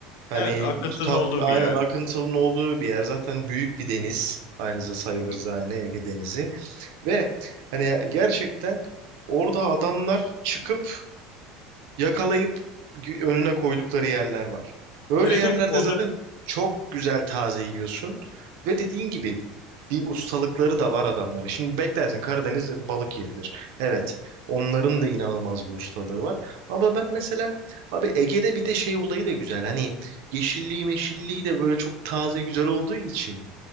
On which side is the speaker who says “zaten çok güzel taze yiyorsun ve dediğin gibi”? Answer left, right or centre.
Right